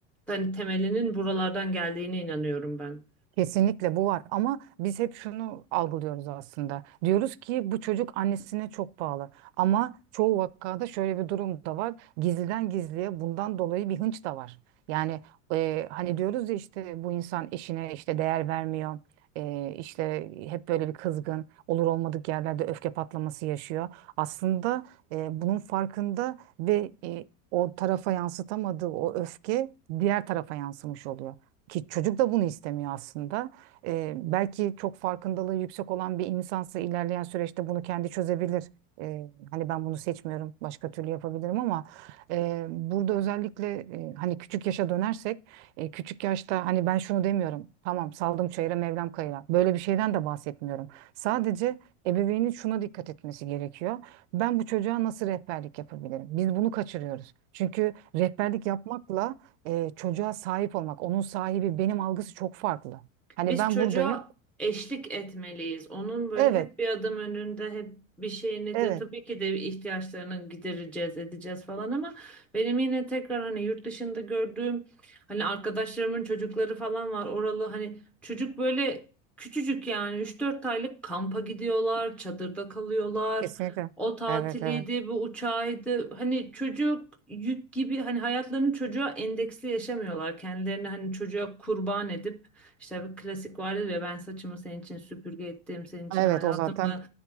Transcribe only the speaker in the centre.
hani temelinin buralardan geldiğine inanıyorum ben.
Biz
çocuğa
eşlik etmeliyiz. Onun böyle
hep bir adım önünde, hep bir şeyini
de tabii ki de ihtiyaçlarını gidereceğiz, edeceğiz falan ama benim yine tekrar hani yurt dışında gördüğüm hani arkadaşlarımın çocukları falan var. Oralı hani çocuk böyle küçücük yani üç dört aylık kampa gidiyorlar, çadırda kalıyorlar.
O tatiliydi,
bu uçağıydı. Hani çocuk yük gibi hani hayatlarını çocuğa endeksli yaşamıyorlar. Kendilerini hani çocuğa kurban edip işte bir klasik vardır ya ben saçımı senin için süpürge ettim, senin için
hayatımı